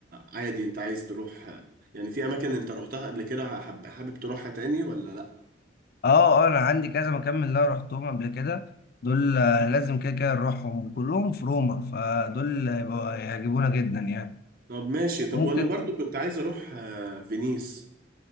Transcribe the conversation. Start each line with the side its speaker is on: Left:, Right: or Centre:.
Right: عادي أنت عايز تروح يعني في أماكن أنت روحتها قبل كده حب حابب تروحها تاني ولا لأ؟
Left: اه اه انا عندي كذا مكان من اللي انا رحتهم قبل كده دول آه، لازم كده كده نروحهم كلهم في روما فدول هيبقوا- هيعجبونا جدا يعني
Right: طب ماشي طب
Left: ممكن
Right: وأنا برضو كنت عايز أروح آه، فينيس